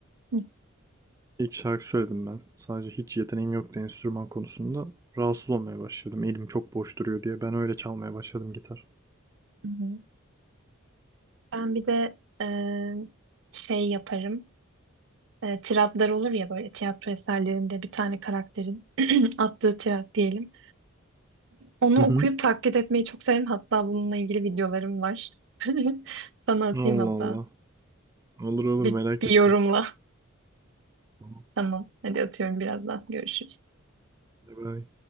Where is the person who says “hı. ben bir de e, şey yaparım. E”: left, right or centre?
Right